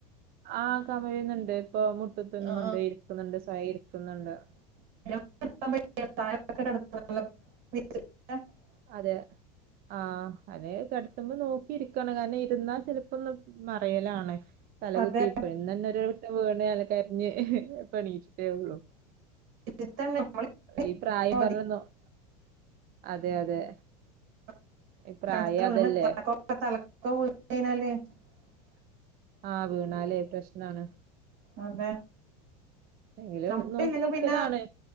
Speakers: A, on the right; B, on the right.
A: ആ കമിഴ്ന്ന്ണ്ട് ഇപ്പൊ മുട്ടുത്തുന്നുന്നുണ്ട്
B: ആ
A: ഇരിക്കുന്നുണ്ട് സ നിക്കുന്നുണ്ട്
B: <unintelligible> വ <unintelligible>
A: അതെ ആ അനെ കടത്തുമ്പോ നോക്കിയിരിക്കണം. കാരണം? രുന്നാ ചിലപ്പോ ഒന്നും മറയലാണ് തലകുത്തി
B: അതെ
A: ഇപ്പ ഇന്ന് തന്നെ ഒരു വെട്ടം വീണ് അൾ കരിഞ്ഞ് പണച്ചിട്ടേ ഉള്ളു.
B: ചിത്തന്നെ നമ്മളിരുന്നാ
A: ഈ പ്രായം
B: മതി
A: പറഞ്ഞോന്നോ അ അതെ അതെ
B: <unintelligible>
A: ഈ പ്രായം അതല്ലേ ആ വീണാല് പ്രശ്നാണ്.
B: അതെ
A: എങ്കിലും
B: നമ്മളില്ലെങ്കിൽ
A: നോക്കി നിക്കലാണ്.
B: പിന്നെ